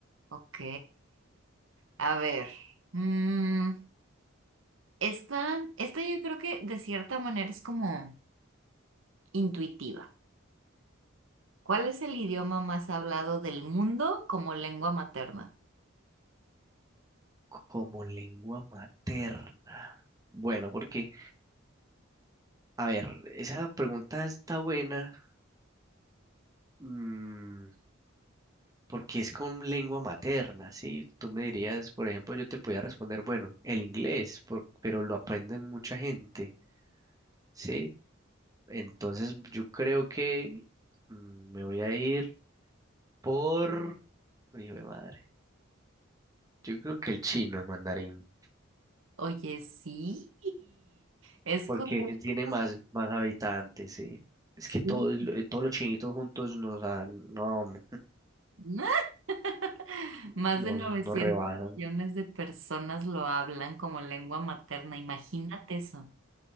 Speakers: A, on the right; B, on the right.
A: Ok. A ver. mm, esta, esta yo creo que de cierta manera es como intuitiva. ¿Cuál es el idioma más hablado del mundo como lengua materna?
B: Como lengua materna. Bueno, porque, a ver, esa pregunta está buena, mm, porque es con lengua materna, ¿sí? Tú me dirías, por ejemplo, yo te podía responder, bueno, el inglés, por- pero lo aprende mucha gente, ¿sí? Entonces yo creo que mm, me voy a ir por... Hijo de madre. Yo creo que el chino, el mandarín.
A: Oye, sí. Es
B: porque
A: correcto.
B: tiene más, más habitantes, sí. Es
A: Sí.
B: que todos, lo- eh, todos los chinitos juntos nos dan, no, hombre,
A: <laughs> <laughs>
B: <laughs>
A: Más
B: nos,
A: de 900
B: nos rebasan.
A: millones de personas lo hablan como lengua materna. Imagínate eso.